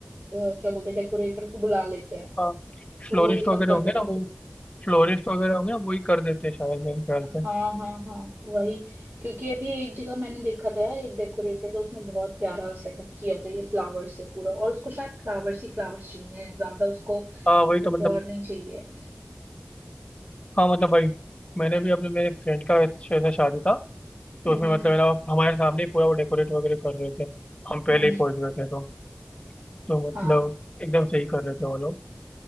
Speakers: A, on the right; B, on the left.
A: अ, क्या बोलते हैं डेकोरेटर को बुला लेते हैं
B: हाँ
A: तो
B: फ्लोरिस्ट
A: वो ये सब
B: वगैरह
A: कर
B: होंगे
A: देगा
B: ना वो फ्लोरिस्ट वगैरह होंगे ना वही कर देते हैं शायद मेरे ख्याल
A: हाँ
B: से
A: हाँ हाँ वही क्योंकि अभी एक जगह मैंने देखा था यार एक डेकोरेटर था उसने बहुत प्यारा सेटअप किया था ये फ्लावर्स से पूरा और उसको शायद फ्लावर्स ही फ्लावर्स चाहिए ज्यादा उसको
B: हाँ वही
A: कुछ
B: तो मतलब
A: और नहीं चाहिए
B: हाँ मतलब भाई मैंने भी अपने मेरे फ्रेंड का शायद ना शादी था तो
A: हम्म
B: उसमें
A: हम्म
B: मतलब
A: हम्म
B: है ना हमारे सामने ही पूरा वो डेकोरेट वगैरह कर रहे थे हम पहले
A: हम्म, हम्म,
B: ही पहुंच गए थे तो तो मतलब
A: हाँ
B: एकदम सही कर रहे थे वो लोग